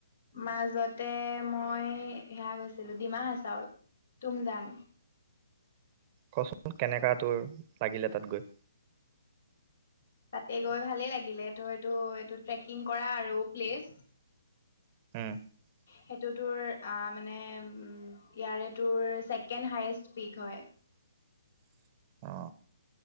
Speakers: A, on the left; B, on the right.
A: মাজতে মই সেয়া গৈছিলো ডিমা হাচাও তুম যাং
B: কচোন কেনেকা তোৰ লাগিলে তাত গৈ
A: তাতে গৈ ভালেই লাগিলে তটো এইটো এইটো ট্ৰেকিং কৰা আৰু প্লেচ
B: <inaudible>
A: সেইটো তোৰ অ মানে উ ইয়াৰে তোৰ ছেকেণ্ড হায়েষ্ট পিক হয়
B: <inaudible> অ